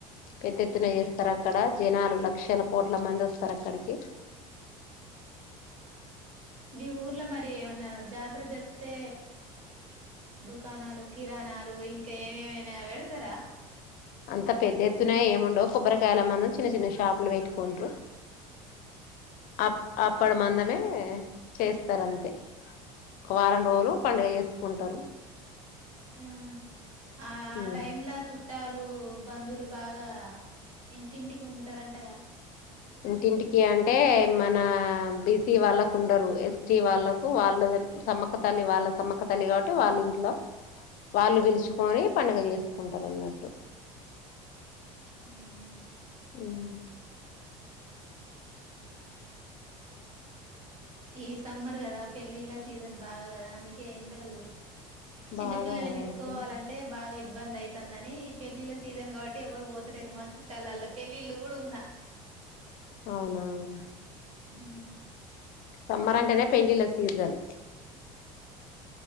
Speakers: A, on the left; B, on the right.
A: పెద్ద ఎత్త్తిన చేస్తారా అక్కడ జనాలు లక్షల కోట్ల మంది వస్తారు అక్కడికి
B: మీ ఊర్లో మరి ఏమన్నా జాతర జరిపితే దుకాణాలు కిరాణాలు ఇంకా ఏమేమైనా పెడతారా
A: అంత పెద్ద ఎత్తున ఏముండవు కొబ్బరికాయల మనం చిన్న చిన్న షాపులు పెట్టుకుంటారు ఆ అప్పడు మందమే చేస్తారు అంతే ఒక వారం రోజులు పండుగ చేసుకుంటారు
B: హ ఆ ఆ
A: ఉమ్
B: టైమ్లా చుట్టాలు బంధువులు బాగా ఇంటింటికి ఉంటారంటగా
A: ఇంటింటికి అంటే మన బీసీ వాళ్ళకు ఉండరు ఎస్టీ వాళ్ళకు వాళ్ళ సమ్మక్క తల్లి వాళ్ళ సమ్మక్క తల్లి కాబట్టి వాళ్ళ ఇంట్లో వాళ్ళు పిలుచుకొని పండుగ చేసుకుంటారు అన్నట్టు
B: అవునా
A: <inaudible>
B: ఈ సమ్మర్ కదా పెళ్ళిళ్ళ సీజన్ బాగా కదా అందుకే ఎండలు చిన్నపిల్లల్ని
A: బాగా
B: తీసుకోవాలంటే
A: కొడుతుంది
B: బాగా ఇబ్బంది అయితుందని పెళ్ళిళ్ళ సీజన్ కాబట్టి ఎవరు పోతలేరు మా చుట్టాలల్లా పెళ్ళిళ్ళు కూడా ఉన్నా
A: అవునవును
B: <inaudible>
A: సమ్మర్ అంటేనే పెళ్ళిళ్ళ సీజన్